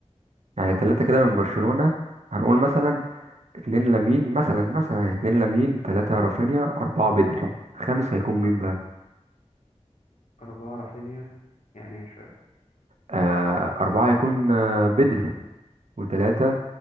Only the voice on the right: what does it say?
يعني تلاتة كده من برشلونة هنقول مثلا اتنين لامين مثلا مثلا اتنين لامين تلاتة رافينيا أربعة بدري خامس هيكون مين بقى؟
آه أربعة هيكون آه بدري وتلاتة